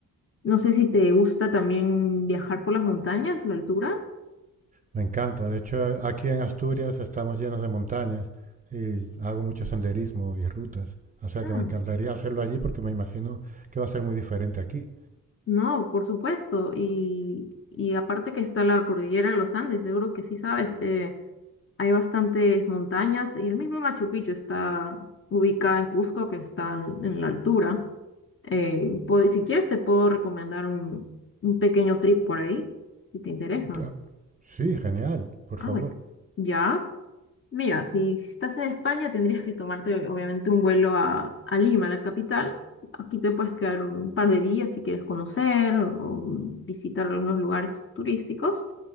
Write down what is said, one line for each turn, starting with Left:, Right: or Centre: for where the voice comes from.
Left: no sé si te gusta también viajar por las montañas, la altura.
Right: Me encanta. De hecho, a- aquí en Asturias estamos llenos de montañas y hago mucho senderismo y rutas. O sea
Left: Ah.
Right: que me encantaría hacerlo allí porque me imagino que va a ser muy diferente aquí.
Left: No, por supuesto. Y, y aparte que está la cordillera de los Andes, seguro que sí sabes, eh, hay bastantes montañas y el mismo Machu Picchu está ubicada en Cusco, que está en, en la altura. Eh, puede- si quieres te puedo recomendar un, un pequeño trip por ahí, si te interesa.
Right: Eh, que- ah, Sí, genial, por
Left: Ah,
Right: favor.
Left: ya. Mira, si si estás en España tendrías que tomarte obviamente un vuelo a, a Lima, la capital. Aquí te puedes quedar un par de días si quieres conocer o visitar algunos lugares turísticos.